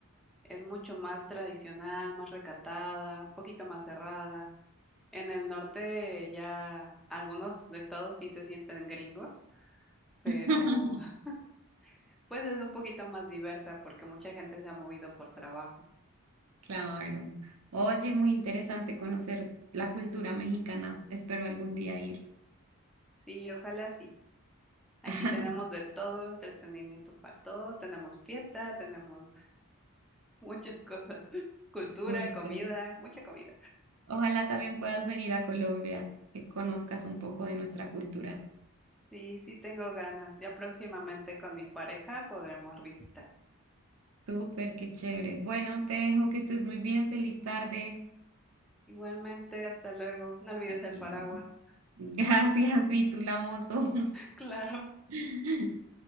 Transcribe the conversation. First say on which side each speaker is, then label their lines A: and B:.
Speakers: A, in the centre; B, on the right.
A: es mucho más tradicional, más recatada, un poquito más cerrada. En el norte ya algunos estados sí se sienten gringos, pero
B: <laughs>
A: <laughs> pues es un poquito más diversa porque mucha gente se ha movido por trabajo.
B: Claro. Oye, muy interesante conocer la cultura mexicana. Espero algún día ir.
A: Sí, ojalá sí. Aquí
B: <laughs>
A: tenemos de todo, entretenimiento para todo, tenemos fiesta, tenemos <laughs> muchas cosas, <laughs> cultura,
B: Súper.
A: comida, mucha comida.
B: Ojalá también puedas venir a Colombia, que conozcas un poco de nuestra cultura.
A: Sí, sí tengo ganas. Ya próximamente con mi pareja podremos visitar.
B: Súper, qué chévere. Bueno, te dejo que estés muy bien. Feliz tarde.
A: Igualmente, hasta luego. No olvides
B: Hasta
A: el paraguas.
B: luego. <laughs>
A: <laughs>
B: Gracias, y tú la moto.
A: Claro.
B: <laughs>